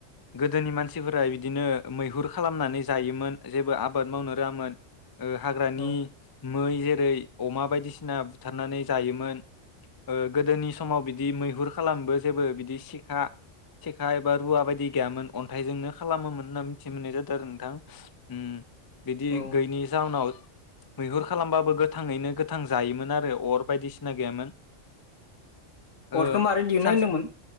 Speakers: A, on the left; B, on the left.
A: गोदोनि मानसिफोरा बिदिनो मैहुर खालामनानै जायोमोन जेबो आबाद मावनो रोङामोन। ओ हाग्रानि
B: औ
A: मै जेरै अमा बायदिसिना बुथारनानै जायोमोन। गोदोनि समाव बिदि मैहुर खालामबो जेबो बिदि सिखा सिखा एबा रुवा बायदि गैयामोन अन्थाइजोंनो खालामोमोन होनना मिथि मोननाय जादों आरो नोंथां। उम। बिदि
B: औ
A: गोयैनि जाउनाव मैहुर खालामबाबो गोथाङैनो गोथां जायोमोन आरो अर बायदिसिना गैयामोन।
B: अरखौ
A: ओ
B: मारै दिहुननो
A: सानसे
B: होनदोंमोन।